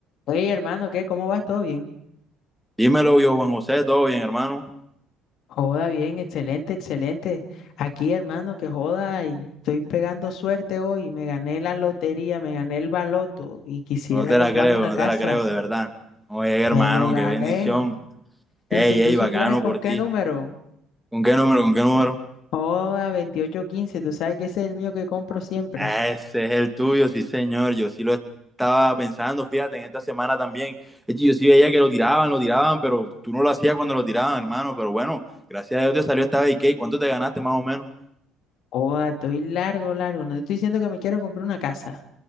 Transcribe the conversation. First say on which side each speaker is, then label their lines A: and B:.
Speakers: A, on the left; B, in the centre.
A: Oye, hermano, ¿qué? ¿Cómo vas? ¿Todo bien?
B: Dímelo yo, Juan José, todo bien, hermano.
A: Joda, bien, excelente, excelente. Aquí, hermano, que joda, y estoy pegando suerte hoy. Me gané la lotería, me gané el baloto y quisiera
B: No te
A: comprarme
B: la creo,
A: una
B: no
A: casa.
B: te la creo, de verdad. Oye, hermano,
A: Me lo gané.
B: qué bendición. Ey,
A: Y si tú
B: ey,
A: supieras
B: bacano
A: con
B: por ti.
A: qué número,
B: ¿Con qué número, con qué número?
A: joda, veintiocho quince tú sabes que ese es el mío que compro siempre.
B: Ese es el tuyo, sí, señor. Yo sí lo estaba pensando, fíjate, en esta semana también. Es que Yo sí veía que lo tiraban, lo tiraban, pero tú no lo hacías cuando lo tiraban, hermano. Pero bueno, gracias a Dios te salió esta vez. ¿Y qué? ¿Cuánto te ganaste más o menos?
A: Joda, estoy largo, largo. No te estoy diciendo que me quiero comprar una casa.